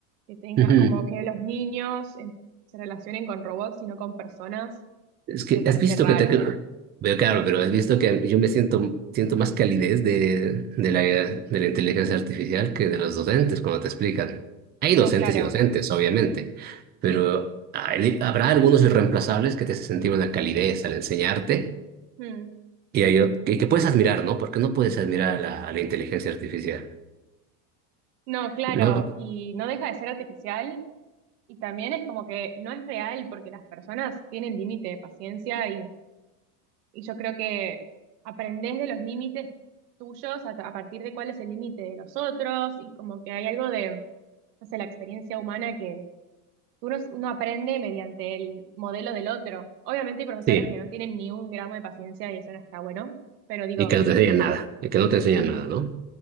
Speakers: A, on the right; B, on the right.
A: que tenga,
B: Ujú.
A: como que los niños eh, se relacionen con robots y no con personas,
B: Es que,
A: me parece
B: ¿has visto
A: raro.
B: que te... Pero claro, pero has visto que yo me siento, siento más calidez de, de la, de la inteligencia artificial que de los docentes cuando te explican. Hay
A: No,
B: docentes
A: claro,
B: y docentes, obviamente, pero
A: sí.
B: hay- habrá algunos irreemplazables que te hacen sentir una calidez al enseñarte
A: Mm.
B: Y, hay ot- que, que puedes admirar, ¿no? Porque no puedes admirar a la, a la inteligencia artificial,
A: No, claro,
B: ¿no?
A: y no deja de ser artificial y también es como que no es real porque las personas tienen límite de paciencia y, y yo creo que aprendés de los límites tuyos a, a partir de cuál es el límite de los otros y como que hay algo de, no sé, la experiencia humana que uno, uno aprende mediante el modelo del otro. Obviamente hay profesores
B: Sí,
A: que no tienen ni un gramo de paciencia y eso no está bueno, pero digo,
B: y que no te enseña nada, y que no te enseña
A: mm,
B: nada, ¿no?